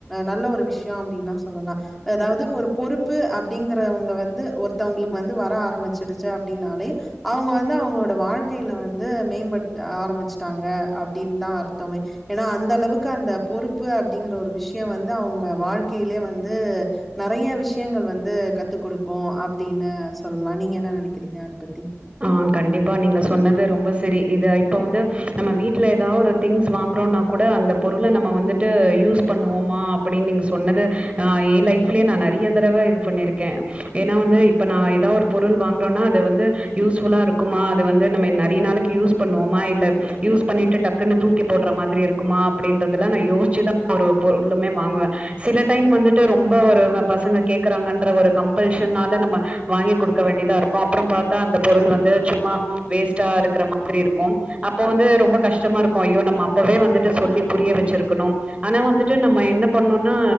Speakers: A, in the centre; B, on the right.
A: நல்ல ஒரு விஷயம் அப்படின்னா சொல்லலா அதாவது ஒரு பொறுப்பு அப்படிங்கற வந்து ஒருத்தவங்களுக்கு வந்து வர ஆரம்பிச்சடுச்ச அப்படின்னாலே அவங்க வந்து அவங்களோட வாழ்க்கையில வந்து மேம்பட்டு ஆரம்பிச்சட்டாங்க அப்படின்னு தான் டோம்மே ஏன்னா அந்த அளவுக்கு அந்த பொறுப்பு அப் டிங்கிற ஒரு விஷயம் வந்து அவங்க வாழ்க்கையிலயே வந்து நிறைய விஷயங்கள் வந்து கத்து கொடுக்கும் அப்படின்னு சொல்லலாம் நீங்க என்ன நினைக் கிறீங்க அத பத்தி
B: ஆ கண்டிப்பா நீங்க சொன்னது ரொம்ப சரி இத இப்ப வந்து நம்ம வீட்டுல ஏதாவது ஒரு திங்ஸ் வாங்குறோம்னா கூட அந்த பொருள நம்ம வந்துட்டு யூஸ் பண்ணுவோமா அப்படின்னு நீங்க சொன்னது அ என் லைஃப்லயே நா நிறைய தடவை இது பண்ணிருக்கேன் ஏன்னா வந்து இப்ப நா ஏதாவது ஒரு பொருள் வாங்குறோம்னா அத வந்து யூஸ்ஃபுல்லா இருக்குமா அது வந்து நம்ம நிறைய நாளைக்கு யூஸ் பண்ணுவோமா இல்ல யூஸ் பண்ணிட்டு டக்குன்னு தூக்கி போடுற மாதிரி இருக்குமா அப்படின்றதுல நா யோசிச்சுதா ஒரு பொருளுமே வாங்குவேன் சில டைம் வந்துட்டு ரொம்ப ஒரு பசங்க கே்கறாங்கன்ற ஒரு கம்பல்ஷனால நம்ம வாங்கி கொடுக்க வேண்டியதா இருக்கும் அப்புறம் பாத் தா அந்த பொருள் வந்து சும்மா வேஸ்ட்டா இருக்கிற மாதிரி இருக்கும் அப்ப வந்து ரொம்ப கஷ்டமா இருக்கும் ஐயோ நம்ம அப்பவே வந்துட்டு சொல்லி புரிய வச்சிருக்கணும் ஆனா வந்துட்டு நம்ம என்ன பண்ணும்னா